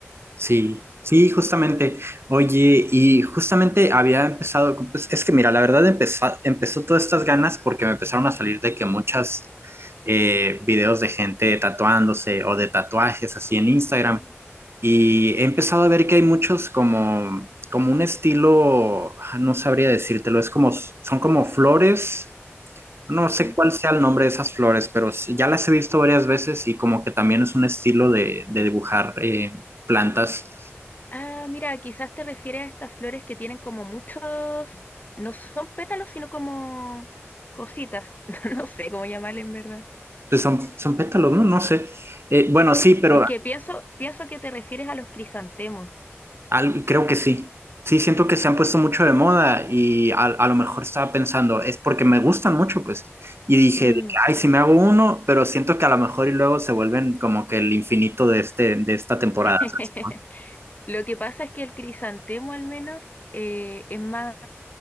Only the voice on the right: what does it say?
Sí, sí, justamente. Oye, y justamente había empezado, con- pues, es que mira, la verdad empezó, empezó todas estas ganas porque me empezaron a salir de que muchas eh, videos de gente tatuándose o de tatuajes así en Instagram.
Y he empezado a ver que hay muchos como, como un estilo, ah, no sabría decírtelo, es como, son como flores. No sé
cuál sea el nombre de esas flores, pero s- ya las he visto varias veces y como que también es un estilo de, de dibujar eh, plantas.
Pues son, son pétalos, ¿no? No sé. Eh, bueno, sí, pero
al- creo que sí. Sí, siento que se han puesto mucho de moda y a, a lo mejor estaba pensando, es porque me gustan mucho, pues. Y dije,
de que, ay, si me hago uno, pero siento que a lo mejor y luego se vuelven como que el infinito de, este, de esta temporada.
¿sabes?